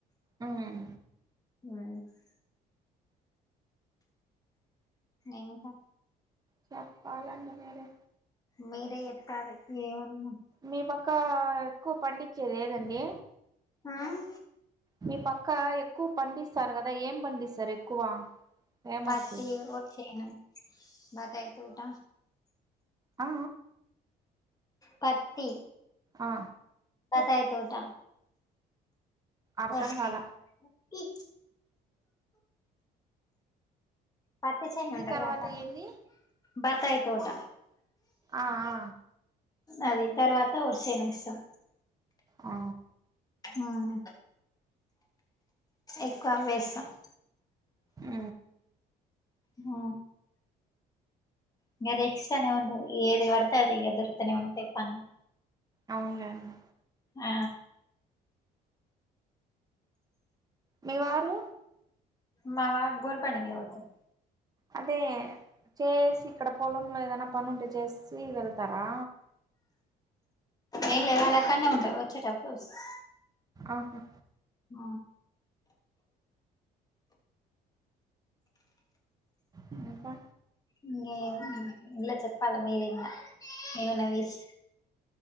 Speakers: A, on the right; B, on the left.
A: మ్మ్
B: <unintelligible> ఇంకా
A: చెప్పాలండి మీరే
B: మీరే చెప్పాలే ఏమున్నది
A: మీ పక్క ఎక్కువ పండిచ్చేది ఏదండి
B: మ్మ్
A: మీ పక్క ఎక్కువ పండిస్తారు కదా ఏం పండిస్తారు ఎక్కువ ఫేమస్
B: పత్తి ఒట్టిచెను బత్తాయి తోట
A: ఆ
B: పత్తి
A: ఆ
B: బతాయి తోట
A: అర్ధం
B: ఒకే
A: కాల
B: ఈ పత్తి చెన్ ఉంటుందిగాక
A: తర్వాత ఏంది
B: బత్తాయి తోట
A: ఆ ఆ
B: అది తర్వాత వరి సేను ఎస్తాం
A: ఆ
B: ఆ ఎక్కువ వేస్తాం
A: ఉ
B: ఆ ఇంగ రెక్స్ట్ ఎక్స్ట్రానే ఉండదు ఏది పడితే అది ఇగ దొరుతూనే ఉంటాయి పన్
A: అవునులేండి
B: ఆ
A: మీ వారు
B: మా వారు బోరు పని మీద పోతాడు
A: అదే చేసి ఇక్కడ పొలంలో ఏదైనా పని ఉంటే చేసి వెళ్తారా
B: ఏం లే వాళ్ళ అక్కనే ఉంటారు వచ్చేటప్పుడు వస్త
A: ఆహా
B: ఆ
A: ఇంకా
B: ఇంగేముంది ఎమ్ల చెప్పాల మీరే ఇంగ ఏదనా విష్